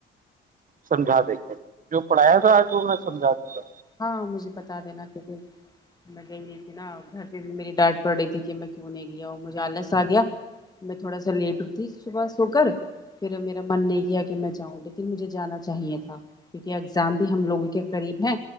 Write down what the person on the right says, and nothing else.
سمجھا دیں گے جو پڑھایا تھا آج ان نے سمجھاج پورا